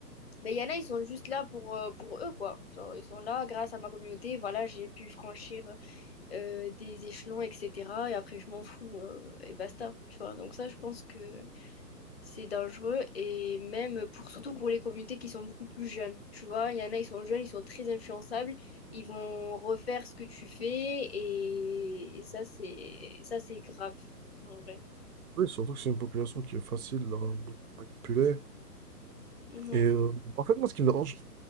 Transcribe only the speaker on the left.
Mais il y en a, ils sont juste là pour, euh, pour eux, quoi. Genre, ils sont là, grâce à ma communauté, voilà, j'ai pu franchir euh, des échelons, etc. Et après, je m'en fous, euh, et basta. Tu vois, donc ça, je pense que c'est dangereux et même pour surtout pour les communautés qui sont beaucoup plus jeunes. Tu vois, il y en a, ils sont jeunes, ils sont très influençables, ils vont refaire ce que tu fais et, et ça c'est ça c'est grave en vrai.
Mhm.